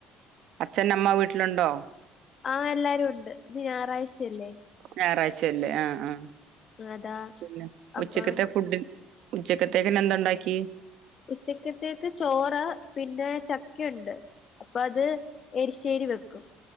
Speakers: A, on the right; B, on the left.
A: അച്ഛൻ അമ്മ വീട്ടിലുണ്ടോ?
B: ആഹ് എല്ലാരും ഉണ്ട്. ഇന്ന് ഞാഴറാഴ്ചയല്ലേ.
A: ഞാഴറാഴ്ചയല്ലേ ആഹ് ആഹ്.
B: അതാ.
A: പിന്നെ ഉച്ചക്കത്തെ
B: അപ്പം
A: ഫുഡ് ഉച്ചക്കത്തേക്ക്ന്ന് ന്ത് ഉണ്ടാക്കി.
B: ഉച്ചക്കത്തേക്ക് ചോറ് പിന്നെ ചക്കെയുണ്ട് അപ്പൊ അത്. എരിശ്ശേരി വെക്കും.